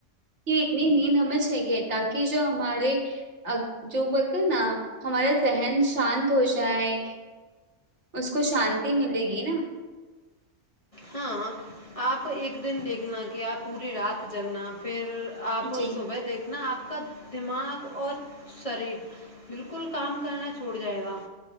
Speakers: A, on the right; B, on the left.
A: کہ اتنی نیند ہمیں چاہیے تاکہ جو ہمارے ا جو بولتے ہیں نا ہمارا ذہن شانت ہو جائے اس کو شانتی ملے گی نا
B: ہاں آپ ایک دن دیکھنا کہ آپ پوری رات جگنا پھر آپ
A: جی
B: صبح دیکھ نا آپ کا دماغ اور شریر بالکل کام کرنا چھوڑ جائے گا